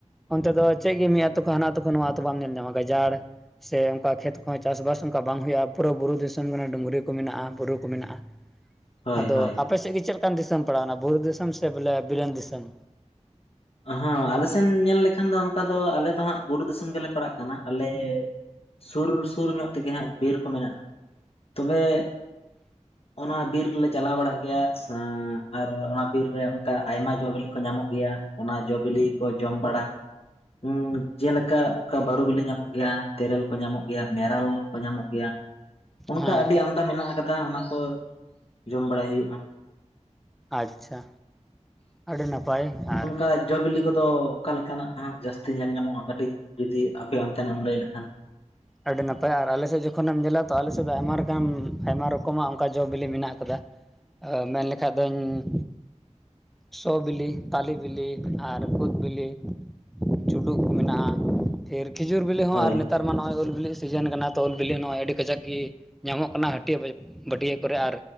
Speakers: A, in the centre; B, on the left (about 50°).
A: ᱚᱱᱛᱮ ᱫᱚ ᱪᱮᱫ ᱜᱮ ᱢᱤᱭᱟᱫ ᱛᱚᱠᱷᱚᱱ ᱦᱟᱱᱟ ᱟᱹᱛᱩ ᱠᱷᱚᱱ ᱱᱚᱣᱟ ᱟᱹᱛᱩ ᱵᱟᱢ ᱧᱮᱞ ᱧᱟᱢᱟ ᱜᱟᱡᱟᱲ ᱥᱮ ᱚᱝᱠᱟ ᱠᱷᱮᱛ ᱠᱚᱦᱚᱸ ᱪᱟᱥ-ᱵᱟᱥ ᱚᱝᱠᱟ ᱵᱟᱝ ᱦᱩᱭᱩᱜ-ᱟ ᱯᱩᱨᱟᱹ ᱵᱩᱨᱩ ᱫᱤᱥᱚᱢ ᱠᱟᱱᱟ ᱰᱩᱝᱨᱤ ᱠᱚ ᱢᱮᱱᱟᱜ-ᱟ ᱵᱩᱨᱩ ᱠᱚ ᱢᱮᱱᱟᱜ-ᱟ᱾
B: ᱦᱳᱭ
A: ᱟᱫᱚ
B: ᱦᱳᱭ
A: ᱟᱯᱮ ᱥᱮᱜ ᱜᱮ ᱪᱮᱫ ᱞᱮᱠᱟᱱ ᱫᱤᱥᱚᱢ ᱯᱟᱲᱟᱣᱱᱟ ᱵᱩᱨᱩ ᱫᱤᱥᱚᱢ ᱥᱮ ᱵᱚᱞᱮ ᱵᱤᱞᱮᱱ ᱫᱤᱥᱚᱢ᱾
B: ᱦᱟᱸ ᱟᱞᱮ ᱥᱮᱱ ᱧᱮᱞ ᱞᱮᱠᱷᱟᱱ ᱫᱚ ᱚᱱᱠᱟ ᱫᱚ ᱟᱞᱮ ᱫᱚ ᱦᱟᱸᱜ ᱵᱩᱨᱩ ᱫᱤᱥᱚᱢ ᱜᱮᱞᱮ ᱯᱟᱲᱟᱜ ᱠᱟᱱᱟ ᱟᱞᱮ ᱥᱩᱨ ᱥᱩᱨ ᱧᱚᱜ ᱛᱮᱜᱮ ᱦᱟᱸᱜ ᱵᱤᱨ ᱠᱚ ᱢᱮᱱᱟᱜ-ᱟ ᱛᱚᱵᱮ ᱚᱱᱟ ᱵᱤᱨ ᱨᱮᱞᱮ ᱪᱟᱞᱟᱣ ᱵᱟᱲᱟᱜ ᱜᱮᱭᱟ ᱥᱟᱸ ᱟᱨ ᱚᱱᱟ ᱵᱤᱨ ᱨᱮ ᱚᱝᱠᱟ ᱟᱭᱢᱟ ᱡᱚ ᱵᱤᱞᱤ ᱠᱚ ᱧᱟᱢᱚᱜ ᱜᱮᱭᱟ᱾ ᱚᱱᱟ ᱡᱚ-ᱵᱤᱞᱤ ᱠᱚ ᱡᱚᱢ ᱵᱟᱲᱟ ᱦᱮᱸ ᱡᱮᱞᱮᱠᱟ ᱚᱝᱠᱟ ᱵᱟᱹᱨᱩ ᱵᱤᱞᱤ ᱧᱟᱢᱚᱜ ᱜᱮᱭᱟ ᱛᱮᱨᱮᱞ ᱠᱚ ᱧᱟᱢᱚᱜ ᱜᱮᱭᱟ ᱢᱮᱨᱟᱞ ᱠᱚ ᱧᱟᱢᱚᱜ ᱜᱮᱭᱟ ᱚᱱᱠᱟ
A: ᱦᱮᱸ
B: ᱟᱹᱰᱤ ᱟᱢ ᱫᱟ ᱢᱮᱱᱟᱜ ᱟᱠᱟᱫᱟ ᱚᱱᱟ ᱠᱚ ᱡᱚᱢ ᱵᱟᱲᱟᱭ ᱦᱩᱭᱩᱜ-ᱟ᱾
A: ᱟᱪᱪᱷᱟ ᱟᱹᱰᱤ ᱱᱟᱯᱟᱭ ᱟᱨ
B: ᱟᱡ ᱡᱚ ᱵᱤᱞᱤ ᱠᱚᱫᱚ ᱚᱠᱟ ᱞᱮᱠᱟᱱᱟᱜ ᱦᱟᱸᱜ ᱡᱟᱹᱥᱛᱤ ᱧᱮᱞ ᱧᱟᱢᱚᱜ-ᱟ ᱠᱟᱹᱴᱤᱡ ᱡᱩᱫᱤ ᱟᱯᱮ ᱚᱱᱛᱮᱱᱟᱜ ᱮᱢ ᱞᱟᱹᱭ ᱞᱮᱠᱷᱟᱱ
A: ᱟᱹᱰᱤ ᱱᱟᱯᱟᱭ ᱟᱨ ᱟᱞᱮᱥᱮᱫ ᱡᱚᱠᱷᱚᱱᱮᱢ ᱧᱮᱞᱟ ᱛᱚ ᱟᱞᱮᱥᱮᱫ ᱫᱚ ᱟᱭᱢᱟ ᱞᱮᱠᱟᱱ ᱟᱭᱢᱟ ᱨᱚᱠ ᱠᱚᱢᱟᱜ ᱚᱝᱠᱟ ᱡᱚ ᱵᱤᱞᱤ ᱢᱮᱱᱟᱜ ᱟᱠᱟᱫᱟ ᱢᱮᱱ ᱞᱮᱠᱷᱟᱡ ᱫᱩᱧ ᱥᱚ ᱵᱤᱞᱤ ᱛᱟᱞᱮ ᱵᱤᱞᱤ ᱟᱨ ᱠᱩᱫᱽ ᱵᱤᱞᱤ ᱪᱩᱰᱩᱜ ᱠᱚ ᱢᱮᱱᱟᱜ-ᱟ ᱯᱷᱤᱨ ᱠᱷᱤᱡᱩᱨ ᱵᱤᱞᱤ ᱦᱚᱸ
B: ᱦᱳᱭ
A: ᱟᱨ ᱱᱮᱛᱟᱨ ᱢᱟ ᱱᱚᱜ-ᱚᱭ ᱩᱞ ᱵᱚᱞᱮᱜ ᱥᱤᱡᱮᱱ ᱠᱟᱱᱟ ᱛᱚ ᱩᱞ ᱵᱤᱞᱤ ᱦᱚᱸ ᱱᱚᱜ-ᱚᱭ ᱟᱹᱰᱤ ᱠᱟᱡᱟᱠ ᱜᱮ ᱧᱟᱢᱚᱜ ᱠᱟᱱᱟ ᱦᱟᱹᱴᱤᱭᱟᱹ <unintelligible> ᱵᱟᱹᱴᱤᱭᱟᱹ ᱠᱚᱨᱮ ᱟᱨ